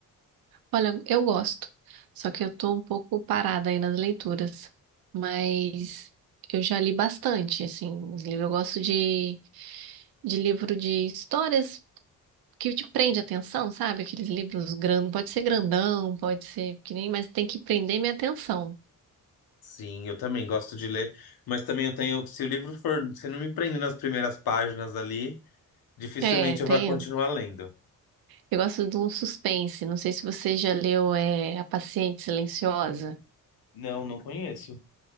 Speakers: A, on the right; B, on the left.
A: Olha, eu gosto, só que eu tô um pouco parada aí nas leituras, mas eu já li bastante, assim, os livros. Eu gosto de, de livro de histórias que te prende a atenção, sabe? Aqueles livros grandes, pode ser grandão, pode ser pequenininho, mas tem que prender minha atenção.
B: Sim, eu também gosto de ler. Mas também eu tenho. Se o livro for. Se não me prender nas primeiras páginas ali. Dificilmente
A: É, tem.
B: eu vá continuar lendo.
A: Eu gosto de um suspense, não sei se você já leu, é, A Paciente Silenciosa.
B: Não, não conheço.